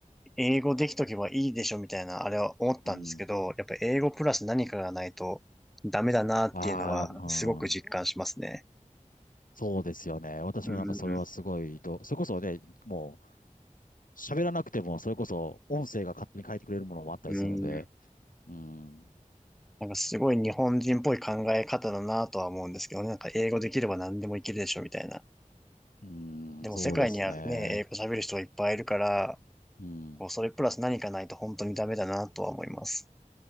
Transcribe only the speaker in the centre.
う、英語できとけばいいでしょみたいな、あれは思ったんですけど、
やっぱ英語プラス何かがないとダメだなっていうのはすごく実感しますね。
うん、
うん。
なんかすごい日本人っぽい考え方だなとは思うんですけどね。なんか英語できれば何でもいけるでしょみたいな。
でも世界にはね、
英語喋る人がいっぱいいるから、
こう、それプラス何かないと本当にダメだなとは思います。